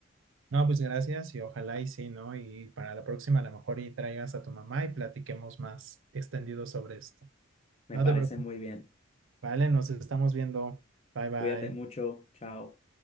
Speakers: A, on the right; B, on the left.
A: No, pues gracias y ojalá y sí, ¿no? Y para la próxima a lo mejor y traigas a tu mamá y platiquemos más extendido sobre esto.
B: me
A: No
B: parece
A: te preocupes,
B: muy bien.
A: ¿vale? Nos estamos viendo. Bye bye.
B: Cuídate mucho, chao.